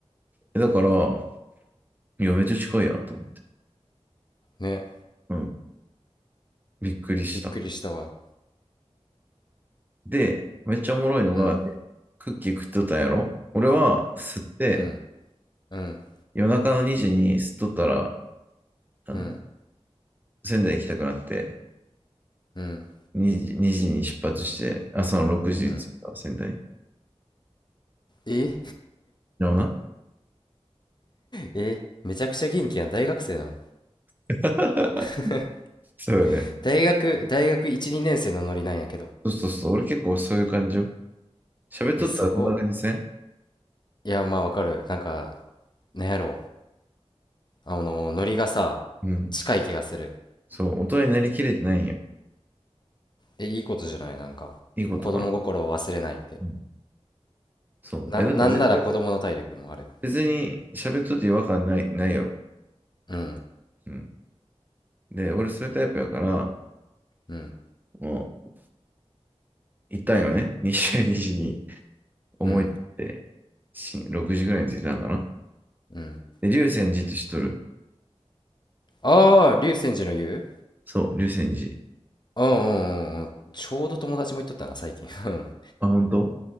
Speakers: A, on the right; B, on the left.
A: えだから、いや、めっちゃ近いやんと思って。
B: ね、
A: うん、びっくりした。
B: びっくりしたわ。
A: で、めっちゃおもろいのが、
B: うん、
A: でクッキー食っとったんやろ俺は吸って、
B: うん、うん、
A: 夜中の2時に吸っとったら、あの、
B: うん、
A: 仙台行きたくなって、
B: うん、
A: 2時、2時に出発して、朝の6時に着いた、
B: うん。
A: 仙台。
B: え、
A: ような。
B: え、めちゃくちゃ元気やん。大学生なの。
A: <laughs>
B: <laughs>
A: そうよね。
B: 大学、大学1、2年生のノリなんやけど。
A: そうそうそう。俺結構そういう感じよ。喋っとったらそんな感じせん
B: え、すごい。いや、まあわかる。なんか、なんやろう。あの、ノリがさ、
A: うん。
B: 近い気がする。
A: そう。大人になりきれてないんよ。
B: え、いいことじゃないなんか。
A: いいことかな。
B: 子供心を忘れないって。
A: うん。そう。
B: な、
A: え、だから絶対、
B: なんなら子供の体力もある。
A: 別に喋っとって違和感ない、ないやろ。
B: うん、
A: うん。で、俺そういうタイプやから、
B: うん。
A: もう、行ったんよね。西谷西に思い出って
B: うん。
A: し6時ぐらいに着いたんかな。
B: うん。
A: で、龍泉寺って知っとる
B: ああ、竜泉寺の湯
A: そう、龍泉寺。
B: うんうんうんうん。ちょうど友達も言っとったな、最近。うん。
A: あ、本当？